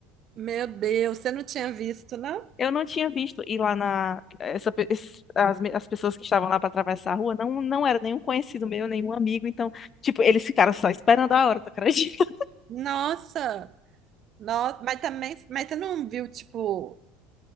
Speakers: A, on the right; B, on the left.
A: Meu Deus, você não tinha visto, não?
B: Eu não tinha visto. E lá na. Essa, pe- es- as, me- as pessoas que estavam lá para atravessar a rua não, não era nenhum conhecido meu, nenhum amigo. Então, tipo, eles ficaram só esperando a hora, tu acredita? <laughs>
A: Nossa, nossa, mas também, mas você não viu, tipo,